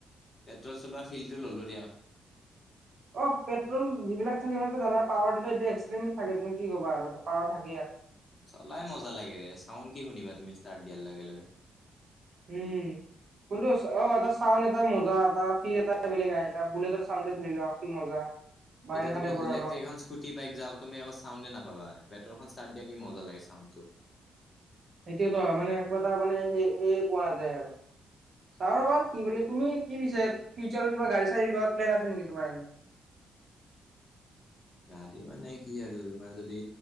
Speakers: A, on the left; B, on the right.
A: পেট্ৰল চলোৱা ফিল্ডটো ললো দিয়া।
B: অ পেট্ৰল যিবিলাক থাকিবিলাক জানা পাৱাৰটো এক্সট্ৰিম থাকে তুমি কি ক'বা আৰু পাৱাৰ থাকে।
A: চলাই মজা লাগেৰে চাউণ্ড কি শুনিবা তুমি ষ্টাৰ্ট দিয়াৰ লগে লগে
B: উম। কোনটো অ এটা চাউণ্ড এটাই মজা এটা এটা বেলেগ এ বুলেটৰ চাউণ্ড ধৰিলোৱা আৰু কি মজা। বা
A: এতিয়া
B: এনেকা
A: তুমি
B: টাইপৰ
A: ইলেক্ট্ৰিক
B: আৰু
A: এখন স্কুটি বাইক যাও তুমি আকৌ চাউণ্ড নাপাবা চ দিয়াক কি মজা লাগে চাউণ্ডটো।
B: এইটোয়ো টো মানে একো এটা মানে সেয়ে পোৱা নাযায় আৰু চা ৰবা কি বুলি তুমি কি পিছো ফিউচাৰত কিবা গাড়ী চাড়ী লোৱাৰ প্লেন আছে নেকি? তোমাৰ এনে
A: গাড়ী মানে কি? আৰু তোমাৰ যদি